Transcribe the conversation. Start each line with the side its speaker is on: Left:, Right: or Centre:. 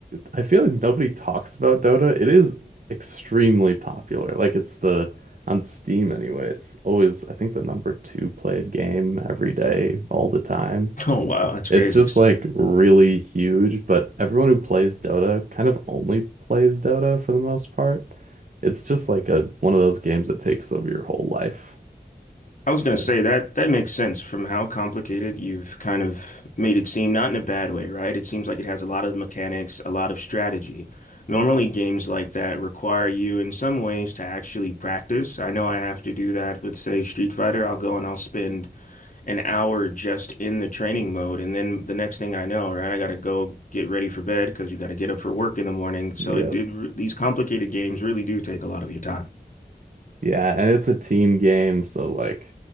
Right: I feel like nobody talks about Dota. It is extremely popular. Like it's the on Steam anyway, it's always I think the number two played game every day, all the time.
Left: Oh, wow, that's
Right: It's
Left: crazy.
Right: just like really huge, but everyone who plays Dota kind of only plays Dota for the most part. It's just like a one of those games that takes over your whole life.
Left: I was going
Right: Yeah.
Left: to say that that makes sense from how complicated you've kind of made it seem, not in a bad way, right? It seems like it has a lot of mechanics, a lot of strategy. Normally, games like that require you in some ways to actually practice. I know I have to do that with, say, Street Fighter. I'll go and I'll spend an hour just in the training mode. And then the next thing I know, right, I got to go get ready for bed because you got to get up for work in the morning. So
Right: Yep.
Left: it did, these complicated games really do take a lot of your time.
Right: Yeah, and it's a team game, so like